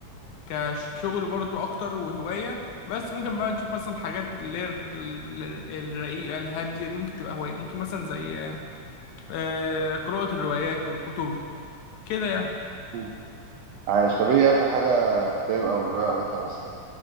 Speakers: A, on the left; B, on the right.
A: كشغل برضو اكتر وهوايه بس ممكن بقى نشوف مثلا حاجات اللي هي ال- ال- الرقيقه الهاديه دي ممكن تبقى هوايه ممكن مثلا زي آه، قراءه الروايات والكتب كده يعني
B: مم. عايش طب ايه اخر حاجه كتاب او روايه قريتها مثلا